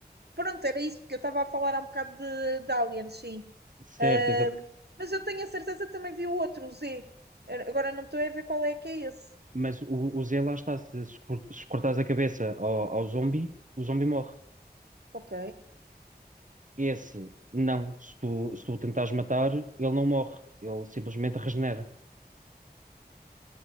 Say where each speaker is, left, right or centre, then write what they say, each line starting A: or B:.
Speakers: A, on the right; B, on the right.
A: pronto, era isso, porque eu estava a falar há um bocado de, de aliens, sim.
B: Certo,
A: Ah,
B: exato.
A: mas eu tenho a certeza que também vi o outro, o Z. Agora não estou a ver qual é que é esse.
B: Mas o, o Z lá está, se, se cor- se cortares a cabeça ao, ao zombie, o zombie morre.
A: Ok.
B: Esse, não. Se tu, se tu o tentares matar, ele não morre. Ele simplesmente regenera.